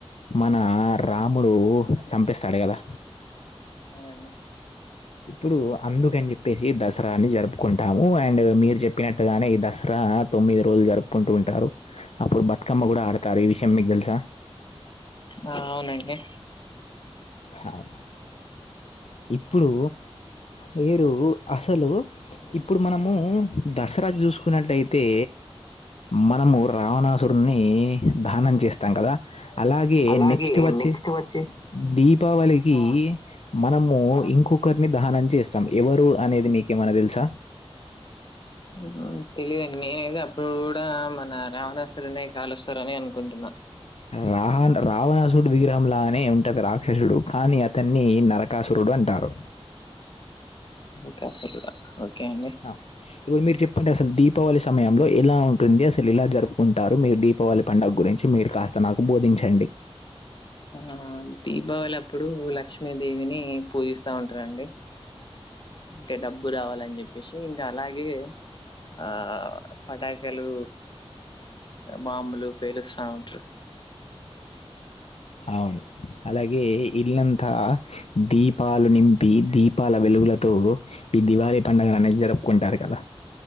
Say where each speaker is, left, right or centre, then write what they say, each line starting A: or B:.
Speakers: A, on the left (about 75°); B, on the left (about 50°).
A: మన రాముడు చంపేస్తాడు కదా
B: అవునండి
A: ఇప్పుడు అందుకని చెప్పేసి దసరాని జరుపుకుంటాము అండ్ మీరు చెప్పినట్టుగానే ఈ దస రా తొమ్మిది రోజులు జరుపుకుంటూ ఉంటారు అప్పుడు బతుకమ్మ కూడా ఆడతారు ఈ విషయం మీకు తెలుసా
B: ఆ అవునండి
A: అవును ఇప్పుడు మీరు అసలు ఇప్పుడు మనము దసరాకి చూసుకున్నట్లయితే మనము రావణాసురుని దహనం చేస్తాం కదా అలాగే
B: అలాగే
A: నెక్స్ట్ వచ్చి
B: నెక్స్ట్ వచ్చే
A: దీపావళికి
B: ఆ
A: మనము
B: మనం
A: ఇంకొకరిని దహనం చేస్తాం ఎవరు అనేది మీకేమన్నా తెలుసా
B: మ్మ్ఉహ్మ్ తెలీదండి నేనైతే అప్పుడు కూడా మన రావణాసుడ్ని కాలుస్తారని అనుకుంటున్నా
A: రాహ రావణాసుడు విగ్రహం లానే ఉంటది రాక్షసుడు కానీ అతన్ని నర కాసూరుడు అంటారు
B: నరకాసురుడా ఓకే అండి
A: ఆ ఇప్పుడు మీరు చెప్పండి అసలు దీపావళి సమయంలో ఎలా ఉంటుంది అసలు ఇలా జరుపుకుంటారు మీరు దీపావళి పండగ గురించి మీరు కాస్తా నాకు బోధించండి
B: ఆ దీపావళి అప్పుడు లక్ష్మీదేవిని పూజిస్తా ఉంటారండి అంటే డబ్బు రావాలని చెప్పేసి ఇంకా అలాగే ఆ పాటకాలు బాంబులు పేలుస్తా ఉంటారు
A: అవును అలాగే ఇల్లంతా దీపాలు నింపి దీపాల వెలుగులతో ఈ దివాళి పండగ అనేది జరుపుకుంటారు కదా